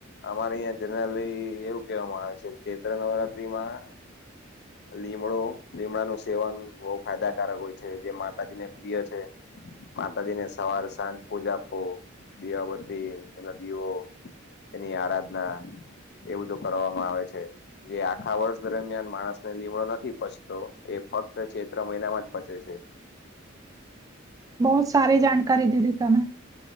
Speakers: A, on the left; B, on the right.
A: અમાર અહીંયા જનરલી એવું કેહવામાં આવે છે ચૈત્ર નવરાત્રીમાં લીમડો લીમડાનું સેવન બહુ ફાયદાકારક હોય છે, જે માતાજીને પ્રિય છે. માતાજીને સવાર સાંજ પૂજાપો, દીવાબતી અને દીવો એની આરાધના એ બધું કરવામાં આવે છે. જે આખા વર્ષ દરમિયાન માણસને લીમડો નથી પચતો એ ફક્ત ચૈત્ર મહિનામાં જ પચે છે.
B: બહુ સારી જાણકારી દીથી તમે